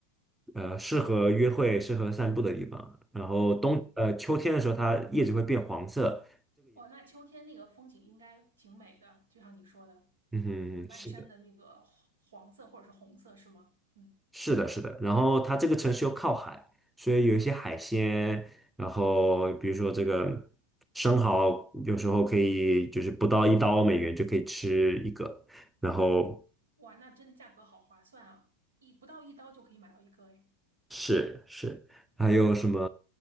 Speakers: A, in the centre; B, on the right.
A: 呃，适合约会、适合散步的地方。然后冬，
B: 嗯，
A: 呃，秋天的时候，它叶子会变黄色。
B: 哇，那秋天那个风景应该挺美的，就像你说的，
A: 嗯哼，
B: 嗯，漫山的那个黄黄色或者是红色，
A: 是。
B: 是吗？嗯，
A: 是的，是的。然后它这个城市又靠海，所以有一些海鲜，然后比如说这个生蚝，有时候可以就是不到一刀美元就可以吃一个。然后
B: 哇，那真的价格好划算啊，一不到一刀就可以买到一个，哎，
A: 是是，还有什么